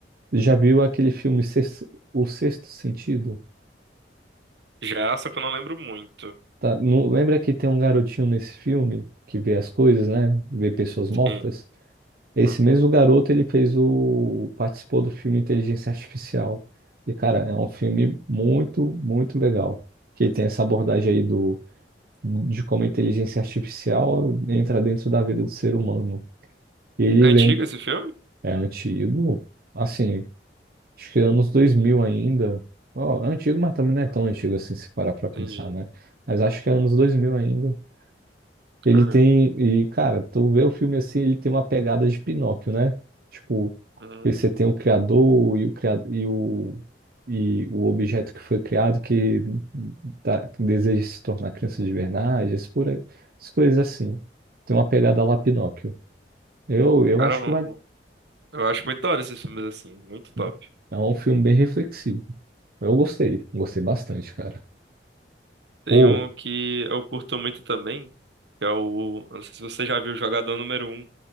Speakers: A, on the right; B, on the right.
A: Já viu aquele filme Sex- O Sexto Sentido?
B: Já, só que eu não lembro muito.
A: Tá? Não, lembra que tem um garotinho nesse filme que vê as coisas, né? Vê pessoas mortas?
B: Sim.
A: Esse
B: ó.
A: mesmo garoto, ele fez o... participou do filme Inteligência Artificial. E, cara, é um filme muito, muito legal. Que tem essa abordagem aí do... de como a inteligência artificial entra dentro da vida do ser humano. E ele
B: É antigo
A: lembra...
B: esse filme?
A: É antigo, assim... Acho que é anos 2000 ainda. Ó, é antigo, mas também
B: Hum,
A: não é tão antigo assim, se parar pra
B: entendi.
A: pensar, né? Mas acho que é anos 2000 ainda. Ele
B: Caramba.
A: tem. E, cara, tu vê o filme assim, ele tem uma pegada de Pinóquio, né? Tipo,
B: Hum,
A: aí você tem o criador e o, criado, e o, e o objeto que foi criado que tá- que deseja se tornar criança de verdade, as, por aí, as coisas assim. Tem uma pegada lá
B: hum.
A: Pinóquio. Eu, eu
B: Cara,
A: acho que vai.
B: eu, eu acho muito da hora esses filmes assim, muito top.
A: né? É um filme bem reflexivo. Eu gostei, gostei bastante, cara.
B: Tem
A: Pô,
B: um que eu curto muito também, que é o. Eu não sei se você já viu o Jogador Número Um.